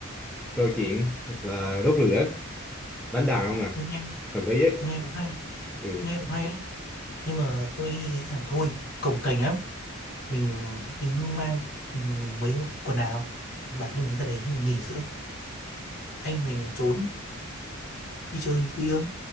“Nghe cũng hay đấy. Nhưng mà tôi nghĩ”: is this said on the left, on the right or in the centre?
Left